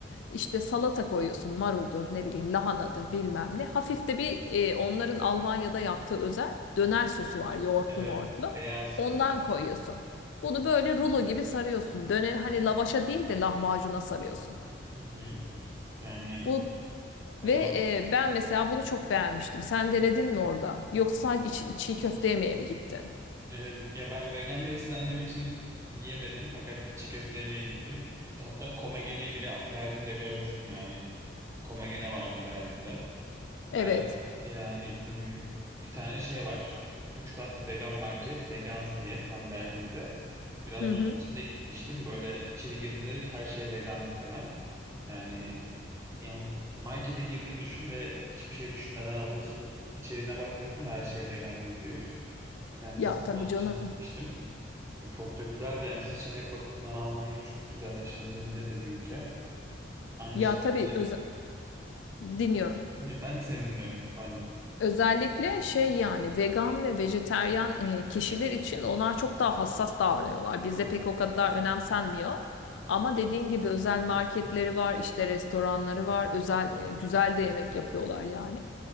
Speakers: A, on the left (about 75°); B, on the right (about 15°).
A: İşte salata koyuyorsun. Maruldur, ne bileyim lahanadır, bilmem ne. Hafif de bir e, onların Almanya'da yaptığı özel döner sosu var. Yoğurtlu
B: Evet.
A: mortlu.
B: Beyaz
A: Ondan
B: böyle.
A: koyuyorsun. Bunu böyle rulo gibi sarıyorsun. Döner hani lavaşa değil de lahmacuna sarıyorsun.
B: Hı hı. Yani
A: Bu
B: helal
A: ve e, ben mesela bunu çok beğenmiştim. Sen denedin mi orada? Yoksa sadece çi- çiğ köfte yemeye mi gittin?
B: Ee, ya ben vegan beslendiğim için yiyemedim fakat çiğ köfte yemeye gittim. Hatta Komagene'yi bile Berlin'de görmüştüm yani. Komagene vardı Berlin'de.
A: Evet.
B: Ben yani hmm, bir tane şey var. Üç katlı vegan market Vegans diye tam Berlin'de. Biraz
A: Hı hı.
B: da onun içinde gitmiştim. Böyle içeri girdiğinde her şey vegandı falan. Yani yani markete girdiğini düşün ve hiçbir şey düşünmeden alıyorsun. İçeriğine bakmıyorsun ve her şey vegan yüzde yüz. Yani
A: Ya
B: sırf
A: tabii
B: onun
A: canım.
B: için gitmiştim. Ve çok da güzeldi yani seçenek bakımından Almanya çok güzel yaşanılabilir de bir ülke. Aynı
A: Ya
B: şekilde
A: tabii öz dinliyorum.
B: ben seni dinliyorum pardon.
A: Özellikle şey yani vegan ve vejeteryan e, kişiler için onlar çok daha hassas davranıyorlar. Bizde pek o kadar önemsenmiyor. Ama dediğin gibi özel marketleri var, işte restoranları var, özel e, güzel de yemek yapıyorlar yani.